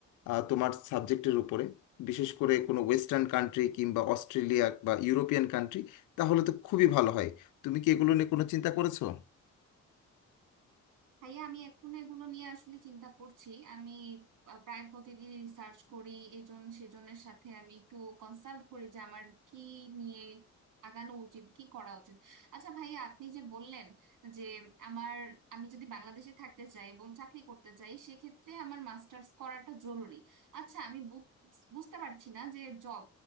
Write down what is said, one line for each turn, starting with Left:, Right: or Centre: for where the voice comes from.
Left: আহ, তোমার সাবজেক্টের উপরে বিশেষ করে কোনো ওয়েস্টার্ন কান্ট্রি কিংবা অস্ট্রেলিয়া বা ইউরোপিয়ান কান্ট্রি তাহলে তো খুবই ভালো হয় তুমি কি এগুলো নিয়ে কোনো চিন্তা করেছো
Right: ভাইয়া আমি এখন এগুলো নিয়ে আসলে চিন্তা করছি আমি আহ, প্রায় প্রতিদিন রিসার্চ করি এজন সেজনের সাথে আমি একটু কনসাল্ট করি যে আমার কি নিয়ে আগানো উচিত কি করা উচিত আচ্ছা ভাইয়া আপনি যে বললেন যে আমার আমি যদি বাংলাদেশে থাকতে চাই এবং চাকরি করতে চাই সেক্ষেত্রে আমার মাস্টার্স করাটা জরুরি আচ্ছা আমি বুঝ- বুঝতে পারছি না যে জব